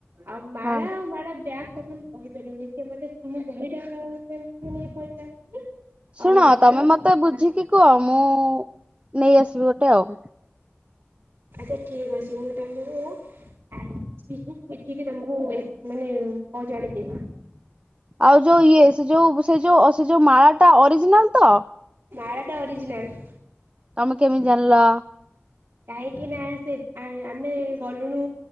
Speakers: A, on the right; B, on the right.
A: ଆଉ ମାଳା
B: ହଁ
A: ଆଉ ମାଳା ବ୍ୟାଗ୍ କଥା ମୁଁ କହି ପାରିବି, ସେ ମତେ ମୁ ବହିଟା କେ <unintelligible> ଜାଣିଥିଲି।
B: ଶୁଣ
A: ଆଉ ମାଳ
B: ତମେ
A: ଆଚ୍ଛା
B: ମତେ ବୁଝିକି କୁହ ମୁଁ ନେଇଆସିବି ଗୋଟେ ଆଉ।
A: ଆଚ୍ଛା ଠିକ ଅଛି, ମୁଁ ତମକୁ <unintelligible> ବୁଝିକି ତମକୁ ମାନେ କ ଜ ଆଣିିକିବି।
B: ଆଉ ଯୋଉ ଇଏ ସେ ଯୋଉ ସେ ଯୋଉ ସେ ଯୋଉ ମାଳା ଟା ଅରିଜିନାଲ ତ?
A: ମାଳଟା ଅରିଜନାଲ।
B: ତମେ କେମିତି ଜାଣିଲ?
A: କାହିଁକି ନା ସେ ଆମେ ଗଲୁନୁ